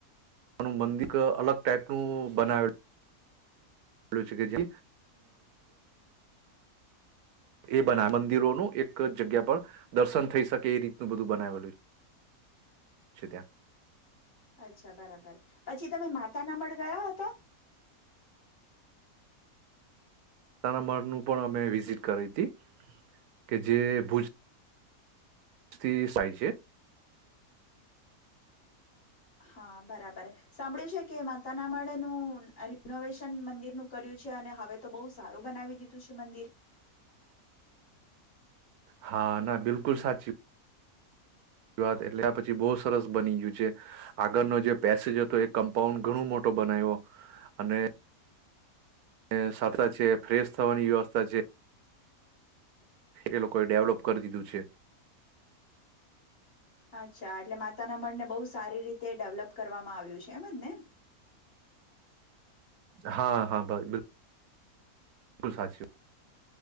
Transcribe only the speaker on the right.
મંદિર અલગ ટાાઈપનું બનાવેલુંલ છે, કે જે એ બનાવે મંદિરોનું એક જગ્યા પર દર્શન થઈ શકે એ રીતનું બધું બનાવેલું છે, ત્યાં
તનામાળનું પણ અમે વિઝિટ કરાઈ હતી, કે જે ભુજ થી સાહ છે.
હા, ના બિલકુલ સાચી વાત એટલે આ પછી બહુ સરસ બની ગયું છે. આગળનો જે પેસેજ હતો એ કમ્પાઉન્ડ ઘણું મોટો બનાવ્યો અને ને સાથે છે ફ્રેશ થવાની વ્યવસ્થા છે. એ લોકોએ ડેવલોપ કર દીધું છે.
હા, હા ભાઈ બિલકુલ સાચું.